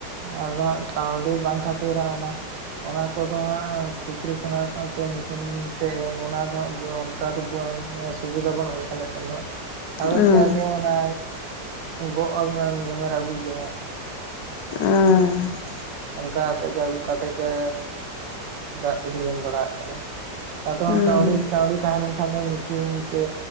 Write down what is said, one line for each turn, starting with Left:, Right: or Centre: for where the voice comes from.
Right: ᱟᱫᱚ ᱦᱟᱜ ᱠᱟᱹᱣᱰᱤ ᱵᱟᱝ ᱠᱷᱟᱹᱛᱤᱨ ᱦᱟᱜ ᱚᱱᱟ ᱚᱱᱟ ᱠᱚᱫᱚ ᱦᱟᱸᱜ ᱯᱩᱠᱷᱨᱤ ᱠᱷᱚᱱᱟᱜ ᱥᱮ ᱢᱮᱥᱤᱱ ᱛᱮ ᱮᱢ ᱚᱱᱟ ᱫᱚ ᱦᱟᱸᱜ ᱚᱱᱠᱟ ᱫᱚ ᱵᱟᱝ ᱥᱩᱵᱤᱫᱟ ᱵᱟᱱᱩᱜ ᱟᱱᱤᱡ ᱟᱞᱮ ᱥᱮᱱ ᱫᱚ ᱦᱟᱸᱜ᱾ ᱟᱫᱚ
Left: ᱦᱮᱸ
Right: ᱡᱟᱜᱮ ᱚᱱᱟ ᱜᱚᱜ ᱟᱜᱩ ᱟᱨ ᱜᱮᱢᱮᱨ ᱟᱹᱜᱩ ᱜᱮ ᱦᱟᱸᱜ
Left: ᱟᱸ
Right: ᱚᱱᱠᱟᱛᱮᱫ ᱜᱮ ᱟᱹᱜᱩ ᱠᱟᱛᱮᱫ ᱜᱮ ᱫᱟᱜ ᱠᱚᱫᱚᱧ ᱮᱢ ᱵᱟᱲᱟᱜ ᱠᱟᱱᱟ ᱟᱫᱚ
Left: ᱦᱮᱸ
Right: ᱦᱚᱸ ᱠᱟᱹᱣᱰᱤ ᱠᱟᱹᱣᱰᱤ ᱛᱟᱦᱮᱸ ᱞᱮᱱ ᱠᱷᱟᱱ ᱫᱚ ᱢᱮᱥᱤᱱ ᱥᱮ